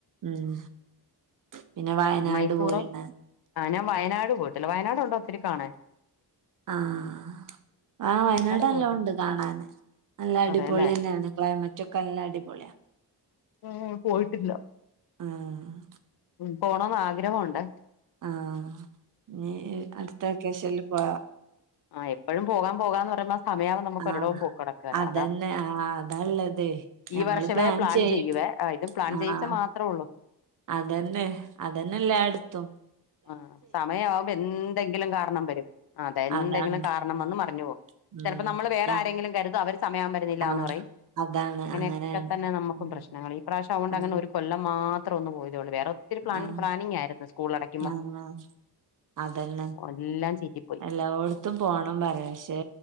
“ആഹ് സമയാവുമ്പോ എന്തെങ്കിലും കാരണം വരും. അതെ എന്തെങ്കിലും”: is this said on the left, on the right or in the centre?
Left